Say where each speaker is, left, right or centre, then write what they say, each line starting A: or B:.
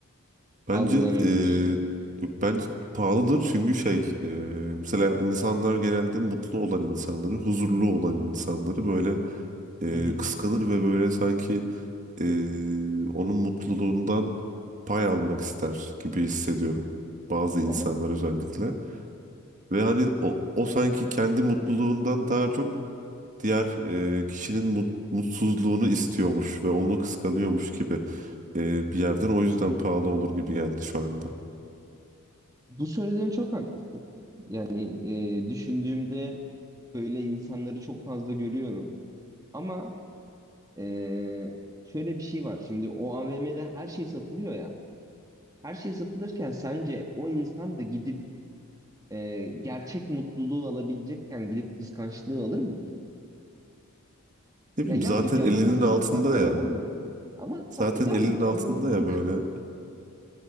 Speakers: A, on the right (about 35°); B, on the right (about 15°).
A: Bence
B: algılanabilir.
A: eee, yok bence pahalıdır çünkü şey eee, mesela insanlar genelde mutlu olan insanları, huzurlu olan insanları böyle eee,
B: Hı hı.
A: kıskanır ve böyle sanki eee, onun mutluluğundan pay almak ister gibi hissediyorum bazı insanlar
B: Ama
A: özellikle. Ve hani o, o sanki kendi mutluluğundan daha çok diğer eee, kişinin mut- mutsuzluğunu istiyormuş ve onu kıskanıyormuş gibi eee, bir yerden o yüzden pahalı olur gibi geldi şu anda.
B: bu söylediğin çok haklısın. Yani eee, düşündüğümde böyle insanları çok fazla görüyorum. Ama eee, şöyle bir şey var. Şimdi o AVM'de her şey satılıyor ya. Her şey satılırken sence o insan da gidip e, gerçek mutluluğu alabilecekken gidip kıskançlığı alır mı ki?
A: Ne bileyim
B: Ya yan
A: zaten
B: dükkanda
A: elinin
B: mutluluk
A: altında
B: var anladın
A: ya.
B: mı? Ama
A: Zaten
B: tam yan
A: elinin
B: dükkanda
A: altında
B: mutluluk
A: ya böyle.
B: var. <laughs>